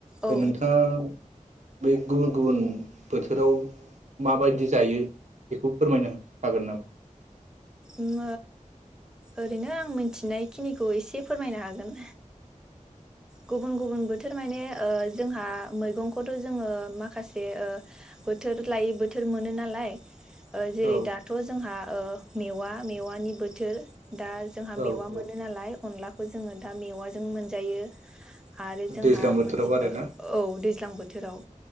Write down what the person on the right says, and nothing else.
नोंथाङा बे गुबुन-गुबुन बोथोराव माबायदि जायो बेखौ फोरमायनो हागोन नामा
औ
औ
औ
दैज्लां बोथोराव
आरोना